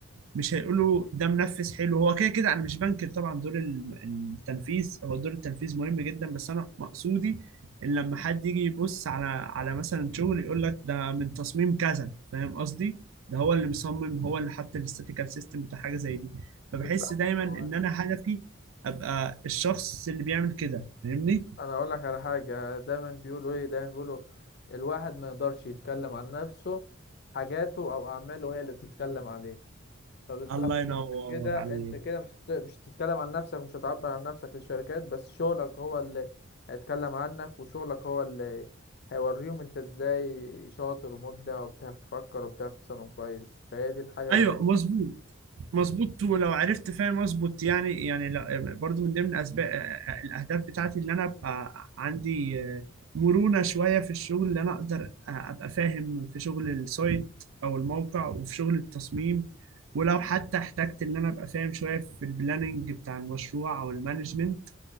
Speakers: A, on the right; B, on the left.
A: مش هيقولوا ده منفذ حلو هو كده كده انا مش بنكر طبعا دور ال- التنفيذ هو دور التنفيذ مهم جدا بس انا مقصودي ان لما حد يجي يبص على على مثلا شغل يقول لك ده من تصميم كذا فاهم قصدي ده هو اللي مصمم هو اللي حط الاستاتيكال سيستم بتاع حاجه زي دي فبحس
B: بالظبط
A: دايما
B: هو
A: ان
B: انا
A: انا هدفي ابقى الشخص اللي بيعمل كده فاهمني
B: انا اقول لك على حاجه دايما بيقولوا ايه دايما بيقولوا الواحد ما يقدرش يتكلم عن نفسه حاجاته او اعماله هي اللي بتتكلم عليه فبالظبط
A: الله ينور
B: فانت كده
A: عليك
B: انت كده مش هت- مش هتتكلم عن نفسك ومش هتعبر عن نفسك للشركات بس شغلك هو اللي هيتكلم عنك وشغلك هو اللي هيوريهم انت ازاي شاطر ومبدع وبتعرف تفكر وبتعرف تصمم كويس فهي دي الحاجه
A: ايوه
B: اللي
A: مظبوط مظبوط ولو عرفت فاهم اظبط يعني يعني لا- برضو من ضمن اسباب الاهداف بتاعتي اللي انا ابقى عندي آه، مرونة شوية في الشغل اللي انا اقدر آه، ابقى فاهم في شغل السايت او الموقع وفي شغل التصميم ولو حتى احتجت ان انا ابقى فاهم شوية في البلاننج بتاع المشروع او المانجمنت